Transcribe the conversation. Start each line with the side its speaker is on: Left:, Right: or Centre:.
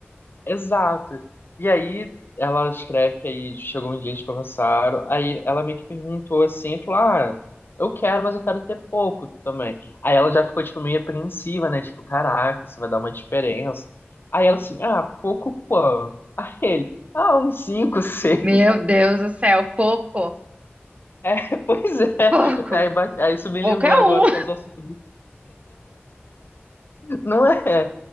Left: exato. E aí ela escreve que aí chegou um dia, eles conversaram, aí ela meio que perguntou assim, falou, ah, eu quero, mas eu quero ter pouco também. Aí ela já ficou, tipo, meio apreensiva, né? Tipo, caraca, isso vai dar uma diferença. Aí ela assim, ah, pouco quanto? <laughs> Aí ele, ah, uns cinco, <laughs> seis.
Right: Meu Deus do céu, pouco,
Left: É, <laughs> pois é. É,
Right: pouco,
Left: Aí, ba- aí isso me
Right: pouco
Left: lembrou
Right: é
Left: agora
Right: um.
Left: com as assunto do... Não é?